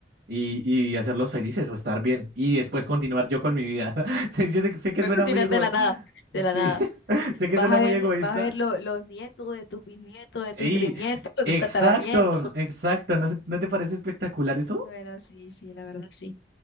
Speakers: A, on the right (about 65°); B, on the left (about 75°).
A: y, y hacerlos felices o estar bien y después continuar yo con mi vida. <laughs> Yo sé, sé que
B: voy
A: suena
B: a continuar
A: muy egoísta.
B: de la nada, de
A: Sí,
B: la nada.
A: <laughs> sé que
B: Vas
A: suena
B: a
A: muy
B: ver,
A: egoísta.
B: vas a ver lo- los nietos de tus bisnietos, de tus
A: Y
B: trinietos, de
A: exacto,
B: tus tataranietos. <laughs>
A: exacto. ¿No, se- no te parece espectacular eso?
B: Bueno, sí, sí, la verdad, sí.